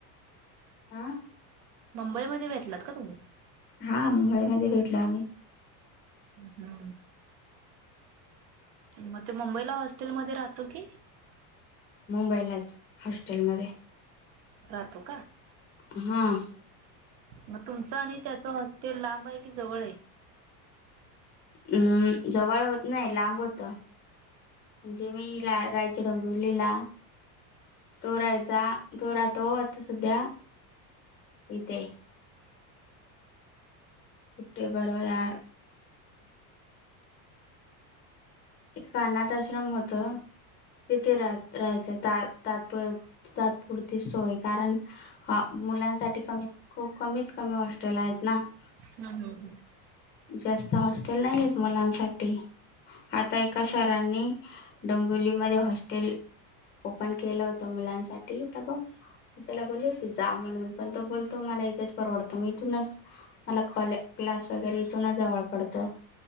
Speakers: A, on the left; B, on the right.
A: હા <unintelligible>
B: મુુંબઈ મ ભેટલાત ક તમ <unintelligible>
A: હા મુુંબઈ મ ભેટલો આમે <unintelligible>
B: હમ. મ તે મુુંબઈલા હોસ્ટેલ મ રાતોું કે <unintelligible>
A: મુુંબઈલા જ હોસ્ટેલ મ <unintelligible>
B: રાતોું ક <unintelligible>
A: હમ.
B: મ તુમચ અને તે હોસ્ટેલ લાંબાય કે જવળ એ <unintelligible>
A: હમ જવળત ન લાંબ હોતો <unintelligible> જ મી લ રાયચ ડોંબિવલીલા <unintelligible> તોોરાયચ તોોરા તો આ સધ્યા એતે <unintelligible> પુટેી બરો યાર <unintelligible> એક કાનાથ આશ્રમ હો હતો <unintelligible> ત રાય છે ત તાપર તાત્પુરતી સોય કારણ <unintelligible> હા મુલા સા ક કમત કમી હોસ્ટેલાય ના <unintelligible>
B: હમ, હમ, હમ.
A: જાસ્ત હોસ્ટેલ નહી મુલા સા <unintelligible> આ એક સરરની ડંબોલી માં હોસ્ટેલ. ઓપન કેલત મુલા સા તો બ <unintelligible> તેલા બોલી્યો હતી જા પણ તો બોતો મને એ જ ફાર આવડતાન મ કોલે ક્લાસ વગેરે જવ પડતો